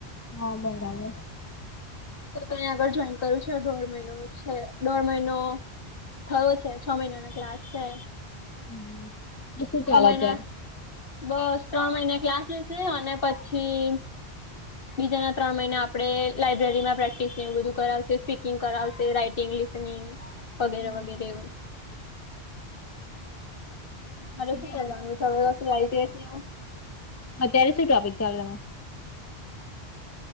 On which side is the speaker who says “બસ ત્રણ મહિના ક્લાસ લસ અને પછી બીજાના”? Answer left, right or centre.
Left